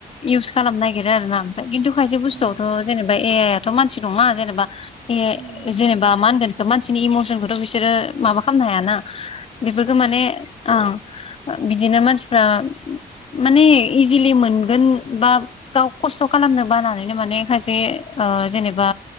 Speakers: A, on the left (about 35°); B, on the right (about 65°).
A: इउस खालामनो नागिरो आरोना। खिन्थु खायसे बुस्थुआवथ'
B: अ
A: जेनेबा ए आइ आ थ' मानसि नङा
B: उम
A: जेनेबा बे
B: नंगौ नंगौ
A: जेनेबा मा होनगोन। मानसिनि इमसनखौथ' बिसोरो माबा खालामनो हायाना। बेफोरखौ
B: हाया
A: माने
B: हाया
A: ओं। बिदिनो मानसिफ्रा माने इजिलि मोनगोन बा गाव खस्थ' खालामनो बानानैनो माने सायसे ओ जेनेबा